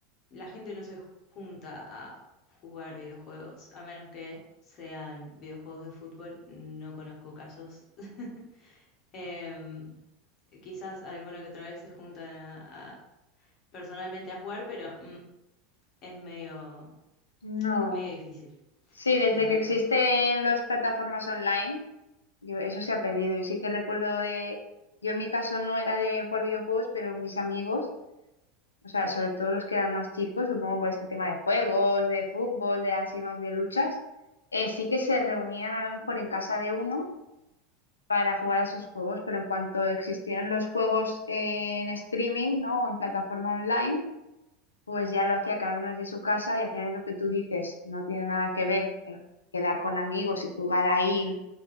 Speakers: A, on the left; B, on the left.
A: la gente no se junta a jugar videojuegos, a menos que sean videojuegos de fútbol. No conozco casos <laughs> Eh, quizás alguna que otra vez se juntan a, a- personalmente a jugar, pero mm, es medio,
B: No.
A: medio difícil
B: Sí, desde
A: de ver.
B: que existen las plataformas online, yo- eso se ha perdido. Yo sí que recuerdo de, yo en mi caso no era de jugar videojuegos, pero mis amigos O sea, sobre todo los que eran más chicos, supongo por este tema de juegos, de fútbol, de así más de luchas, eh, sí que se reunían a lo mejor en casa de uno para jugar a esos juegos, pero en cuanto existieron los juegos eh, en streaming, ¿no? O en plataforma online, pues ya lo hacía cada uno desde su casa y al final es lo que tú dices, no tiene nada que ver el quedar con amigos y jugar ahí in,